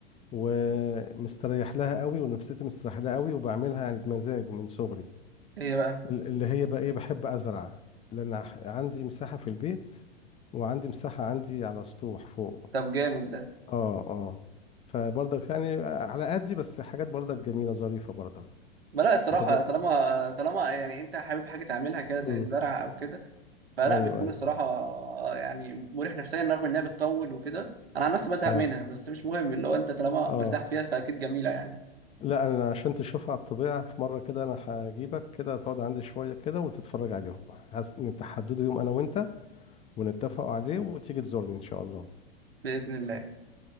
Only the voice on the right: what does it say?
ايه بقى
طب جامد ده
ما لا الصراحة
طالما طالما يعني انت حابب حاجة تعملها كده زي
الزرع او كده فلا
بتكون
الصراحة يعني مريح نفسيا رغم انها بتطول وكده انا عن نفسي بزهق
منها بس مش مهم اللي هو انت طالما
مرتاح فيها فاكيد جميلة يعني
بإذن الله